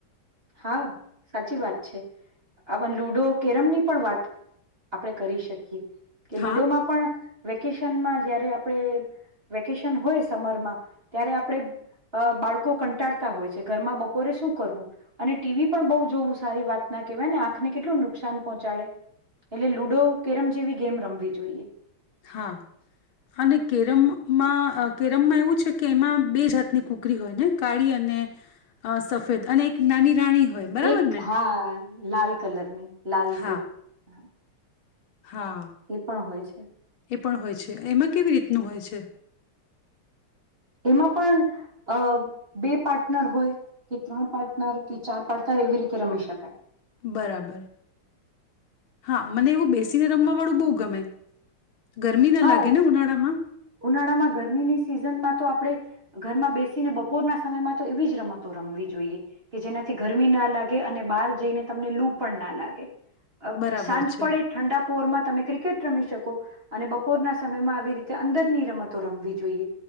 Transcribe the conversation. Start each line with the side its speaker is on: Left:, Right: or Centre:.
Right: હા, સાચી વાત છે. આ લુડો, કેરમની પણ વાત આપણેે કરી શકીએ. કે લુડોમાં
Left: હા
Right: પણ. વેકેશનમાં જયારે આપણે, વેકેશન હોય સમરમાં ત્યારે આપણે બાળકો કંટાળતા હોય છે ઘરમાં બપોરે શું કરવું. અને ટીવી પણ બહુ જોવ સારી વાત ના કહેવાય ને આંખને કેટલું નુકસાન પહોંચાડે, એટલે લુડો કેરમ જેવી ગેમ રમવી જોઈએ.
Left: હા, અને કેરમમાં કેરમમાં એવું છે કે એમાં બે જાતની કુકરી હોય ને કાળી અને, સફેદ અને એક નાની રાણી હોય બરાબર
Right: એક
Left: ને
Right: હા. લાલ કલરની. લાલ
Left: હા
Right: કેક હ.
Left: હા
Right: એ પણ હોય છે.
Left: એ પણ હોય છે એમાં કેવી રીતનું હોય છે?
Right: એમાં પણ અ બે પાર્ટનર હોય. ત્રણ પાર્ટનર કે ચાર પાર્ટનર એવી રીતે રમી શકાય.
Left: બરાબર, હા મને એવું બેસીને રમવા વાળું બહુ ગમે. ગરમી ના
Right: હા
Left: લાગે ને ઉનાળામાં.
Right: ઉનાળામાં ગરમીની સિઝનમાં તો આપણે, ઘરમાં બેસીને બપોરના સમયમાં તો એવી જ રમતો રમવી જોઈએ, કે જેનાથી ગરમી ના લાગે અને બહાર જઈને તમને લૂ પણ ના લાગે.
Left: બરાબર
Right: સાંજ
Left: છે,
Right: પડે ઠંડા પોવરમાં તમે ક્રિકેટ રમી શકો. અને બપોરના સમય માં આવી રીતે અંદરની રમતો રમવી જોઈએ